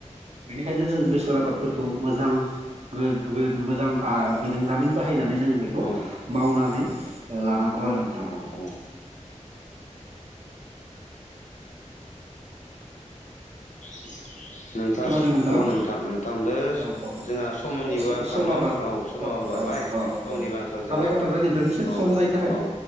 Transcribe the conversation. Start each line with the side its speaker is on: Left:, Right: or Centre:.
Right: बेनिखायनो जों बेसर आबादफोरखौ मोजां <unintelligible> आ मोजां बिरोंदामिन बाहायनानै जोङो बेखौ
Left: औ
Right: मावनानै लानांगौ आरो नोंथां
Left: ओम <inaudible> नोंथां
Right: खोनादों नोंथाङा
Left: औ नोंथां नोंथां दो
Right: औ औ
Left: जोंहा समायनिबो
Right: अ
Left: आंखाल
Right: समा
Left: नङा
Right: बार
Left: होनबा औ समाबो
Right: अ अ
Left: बारबाय
Right: अ अ
Left: समनिबो
Right: अ
Left: आंखाल जोङो
Right: साबायखर थाबाय नोंथांनिसिम
Left: औ
Right: सम होनायनि थाखाय
Left: औ